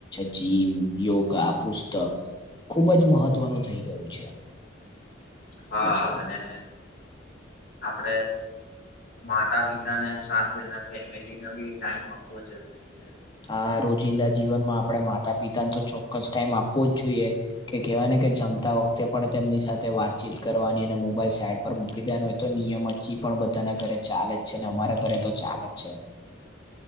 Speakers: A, on the left; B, on the left.
A: જીમ, યોગા, પુસ્તક ખુબ જ મહત્વનું થઈ ગયું છે.
B: હા
A: આજકાલ.
B: અને આપડે માતા પિતાને સાથેના ફેમિલીને બી ટાઈમ આપવો જરૂરી છે.
A: આ રોજિંદા જીવનમાં આપડણે માતા પિતાને તો ચોક્કસ ટાઈમ આપવો જ જોઈએ. કે કેહેવાય ને કે જમતા વખતે પણ તેમની સાથે વાતચીત કરવાની અને મોબાઈલ સાઈડ મૂકી દેવાનું એ તો નિયમ હજી પણ બધાના ઘરે ચાલે જ છે. ને અમારા ઘરે તો ચાલે જ છે.